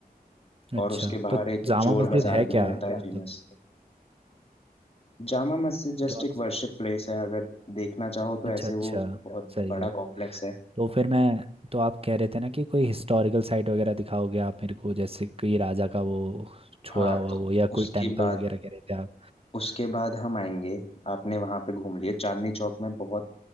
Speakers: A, on the right; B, on the left.
A: अच्छा
B: और उसके बाहर
A: तो
B: एक
A: जामा
B: चोर
A: मस्जिद
B: बाजार
A: है
B: भी
A: क्या
B: मिलता है
A: मतलब
B: फेमस जामा मस्जिद जस्ट
A: जो आप
B: एक वर्शिप प्लेस है अगर देखना चाहो तो
A: अच्छा
B: ऐसे
A: अच्छा
B: वो अच्छा बहुत
A: सही
B: बड़ा
A: कह रहे
B: कॉम्प्लेक्स है
A: तो फिर मैं तो आप कह रहे थे ना कि कोई हिस्टोरिकल साइट वगैरह दिखाओगे आप मेरे को जैसे कोई राजा का वो छोड़ा
B: हाँ
A: हुआ
B: तो
A: वो या
B: उसके
A: कोई टेम्पल
B: बाद
A: वगैरह कह रहे थे आप
B: उसके बाद हम आएंगे आपने वहां पे घूम लिए चांदनी चौक में बहुत